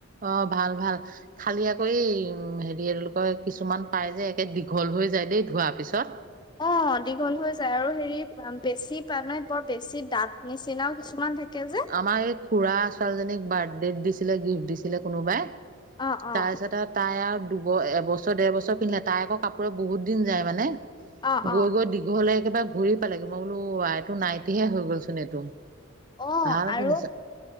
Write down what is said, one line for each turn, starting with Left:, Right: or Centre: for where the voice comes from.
Right: অঁ ভাল ভাল খালি আকৌ হেৰি কি কয় কিছুমান পাই যে একে দীঘল হৈ যায় দেই ধোৱা পিছত
Left: অঁ দীঘল হৈ যায় আৰু হেৰি বেছি মে বৰ বেছি দাঁত নিচিনাও কিছুমান থাকে যে
Right: আমাৰ এই খুৰা ছোৱালীজনীক বাৰ্থডে দিছিলে গিফ্ট দিছিলে কোনোবাই
Left: অ অ
Right: তাৰপিছত আৰু তাই আৰু দুব এবছৰ ডেৰ বছৰ পিন্ধিলে তাই আকৌ কাপোৰে বহুত দিন যায় মানে
Left: অ অ
Right: গৈ গৈ দীঘললেই কিবা ভৰি পালেগৈ মই বোলো এইটো নাইটিহে হৈ গ'লচোন এইটো
Left: অঁ
Right: ভাল
Left: আৰু
Right: কিনিছা